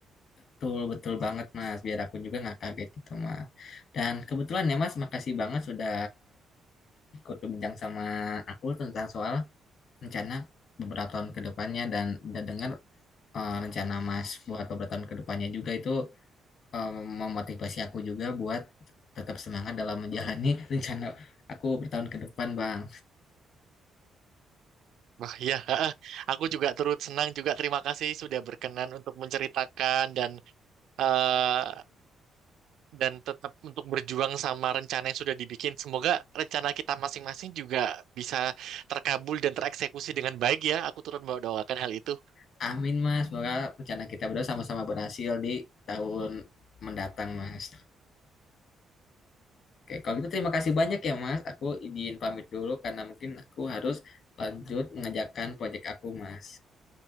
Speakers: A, on the left (about 60°); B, on the right (about 75°).
A: Betul, betul banget Mas. Biar aku juga nggak kaget gitu Mas. Dan kebetulan ya Mas, makasih banget sudah ikut berbincang sama aku tentang soal rencana beberapa tahun ke depannya dan udah dengar eh, rencana Mas buat beberapa tahun ke depannya juga itu eh, memotivasi aku juga buat tetap semangat dalam menjalani <laughs> rencana aku bertahun ke depan Bang.
B: Wah, ya, <laughs> aku juga turut senang juga. Terima kasih sudah berkenan untuk menceritakan dan eh, dan tetap untuk berjuang sama rencana yang sudah dibikin. Semoga rencana kita masing-masing juga bisa terkabul dan tereksekusi dengan baik ya. Aku turut mendoakan hal itu.
A: Amin Mas, semoga rencana kita berdua sama-sama berhasil di tahun mendatang Mas. Oke, kalau gitu terima kasih banyak ya Mas. Aku izin pamit dulu karena mungkin aku harus lanjut mengerjakan proyek aku Mas.